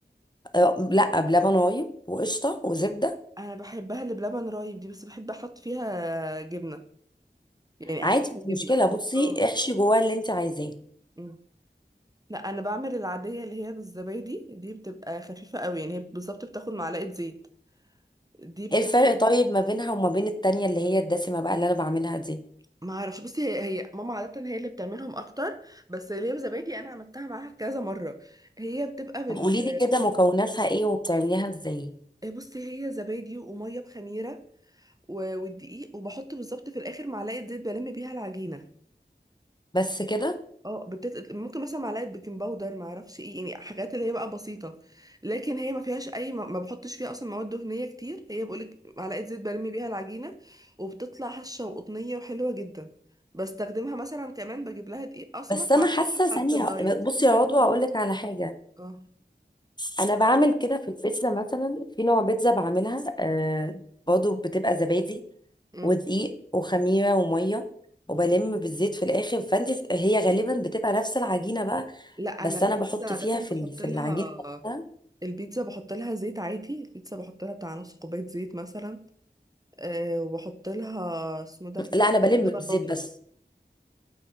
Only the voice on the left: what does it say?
آه، لا بلبن رايب وقشطه وزبده
عادي
مش
مشكله بصي
احشي جواها اللي انت عايزاه
ايه الفرق طيب ما بينها وما بين التانية اللي هي الدسمه بقى اللي انا بعملها دي
طب قولي لي كده مكوناتها ايه وبتعمليها ازاي
بس كده
بس
انا حاسه
ثانيه
بصي يا عضوى اقول لك على حاجه
انا بعمل كده في البيتزا مثلا في نوع بيتزا بعملها آه برضه بتبقى زبادي
ودقيق وخميره وميه وبلم بالزيت في الاخر فانت هي غالبا بتبقى نفس العجينه بقى
بس
انا بحط
فيها في
ال- في
العجينه نفسها
لا انا بلم
بالزيت
بس